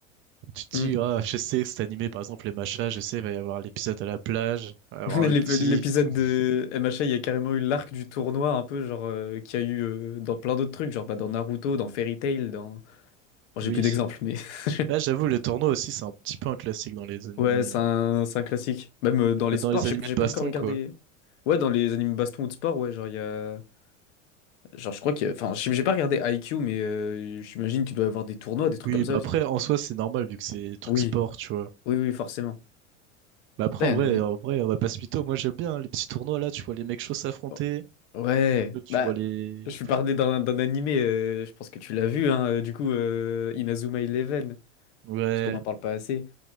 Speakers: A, on the right; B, on the left.
A: tu te
B: Hmm.
A: dis, ah, je sais, c'est animé, par exemple, les machas, je sais, il va y avoir l'épisode à la plage,
B: <laughs>
A: il va y avoir
B: L'ép-
A: le petit...
B: L'épisode
A: <laughs>
B: de MHA, il y a carrément eu l'arc du tournoi, un peu, genre, euh, qu'il y a eu euh, dans plein d'autres trucs, genre bah, dans Naruto, dans Fairy Tail, dans. Bon, j'ai
A: Oui.
B: plus d'exemples, mais. <laughs>
A: Là, j'avoue, le tournoi aussi, c'est un petit peu un classique dans les animés.
B: Ouais, c'est un, c'est un classique. Même euh, dans les
A: Bah,
B: sports,
A: dans les
B: j'ai
A: animés
B: j'ai
A: de
B: pas
A: baston,
B: encore regardé.
A: quoi.
B: Ouais, dans les animes baston ou de sport, ouais, genre, il y a. Genre, je crois que. Enfin, j'ai j'ai pas regardé IQ, mais euh, j'imagine qu'il doit y avoir des tournois, des trucs
A: Oui,
B: comme ça
A: bah
B: aussi.
A: après, en soi, c'est normal vu que c'est des trucs
B: Oui.
A: sport, tu vois.
B: Oui, oui, forcément.
A: Bah après,
B: Putain,
A: en vrai,
B: il y a un anime.
A: en vrai, on va pas se mytho. Moi, j'aime bien hein, les petits tournois là. Tu vois les mecs chauds s'affronter.
B: Oh. Ouais,
A: Là, tu
B: bah,
A: vois les.
B: je vais parler d'un d'un animé, euh, je pense que tu l'as vu, hein, euh, du coup, euh, Inazuma Eleven,
A: Ouais.
B: parce qu'on n'en parle pas assez.